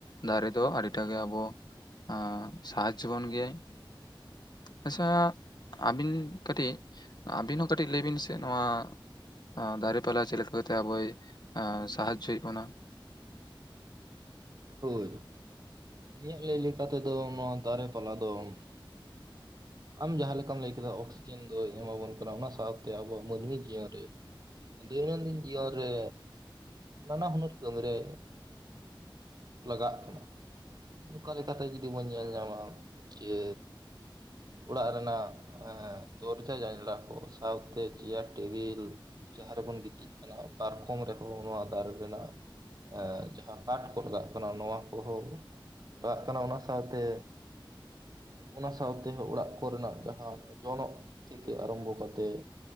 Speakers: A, on the left; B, on the right.
A: ᱫᱟᱨᱮ ᱫᱚ ᱟᱰᱤᱴᱟ ᱜᱮ ᱟᱵᱚ ᱟᱸ ᱥᱟᱦᱟᱡᱡᱚ ᱵᱚᱱ ᱜᱮᱭᱟᱭ ᱟᱪᱷᱟ ᱟᱵᱤᱱ ᱠᱟᱴᱤᱡ ᱟᱵᱤᱱ ᱦᱚᱸ ᱠᱟᱹᱴᱤᱡ ᱞᱟᱹᱭ ᱵᱤᱱ ᱥᱮ ᱱᱚᱣᱟ ᱟ ᱫᱟᱨᱮ ᱯᱟᱞᱟ ᱪᱮᱫ ᱞᱮᱠᱟ ᱠᱟᱛᱮᱭ ᱟᱵᱚᱭ ᱥᱟᱦᱟᱡᱡᱳᱭᱮᱜ ᱵᱚᱱᱟ?
B: ᱦᱳᱭ ᱤᱧᱟᱹᱜ ᱞᱟᱹᱭ ᱞᱮᱠᱟ ᱛᱮᱫᱚ ᱱᱚᱣᱟ ᱫᱟᱨᱮ ᱯᱟᱞᱟ ᱫᱚᱢ ᱟᱢ ᱡᱟᱦᱟᱸ ᱞᱮᱠᱟᱢ ᱞᱟᱹᱭ ᱠᱮᱫᱟ ᱚᱠᱥᱤᱡᱮᱱ ᱫᱚᱭ ᱮᱢᱟᱵᱚᱱ ᱠᱟᱱᱟ ᱚᱱᱟ ᱥᱟᱶᱛᱮ ᱟᱵᱚᱣᱟᱜ ᱢᱟᱹᱱᱢᱤ ᱡᱤᱭᱚᱱ ᱨᱮ ᱫᱳᱭᱱᱚᱱᱫᱤᱱ ᱡᱤᱭᱚᱱ ᱨᱮ ᱱᱟᱱᱟ ᱦᱩᱱᱟᱹᱨ ᱠᱟᱹᱢᱤ ᱨᱮ ᱞᱟᱜᱟᱜ ᱠᱟᱱᱟ᱾ ᱚᱝᱠᱟ ᱞᱮᱠᱟᱛᱮ ᱡᱩᱫᱤ ᱵᱚᱱ ᱧᱮᱞ ᱧᱟᱢᱟ ᱡᱮ ᱚᱲᱟᱜ ᱨᱮᱱᱟᱜ ᱮᱻ ᱫᱚᱨᱡᱟ ᱡᱟᱸᱧᱞᱟ ᱠᱚ ᱥᱟᱶᱛᱮ ᱪᱮᱭᱟᱨ ᱴᱮᱵᱤᱞ ᱡᱟᱦᱟᱸ ᱨᱮᱵᱚᱱ ᱜᱤᱛᱤᱡ ᱠᱟᱱᱟ ᱯᱟᱨᱠᱚᱢ ᱨᱮᱦᱚᱸ ᱱᱚᱣᱟ ᱫᱟᱨᱮ ᱨᱮᱱᱟᱜ ᱮᱻ ᱡᱟᱦᱟᱸ ᱠᱟᱴᱷ ᱠᱚ ᱞᱟᱜᱟᱜ ᱠᱟᱱᱟ ᱱᱚᱣᱟ ᱠᱳᱦᱳ ᱞᱟᱜᱟᱜ ᱠᱟᱱᱟ ᱚᱱᱟ ᱥᱟᱶᱛᱮ ᱚᱱᱟ ᱥᱟᱶ ᱛᱮ ᱦᱚᱸ ᱚᱲᱟᱜ ᱠᱚᱨᱮᱱᱟᱜ ᱡᱟᱦᱟᱸ ᱡᱚᱱᱚᱜ ᱛᱷᱮᱠᱮ ᱟᱨᱟᱢᱵᱚ ᱠᱟᱛᱮᱜ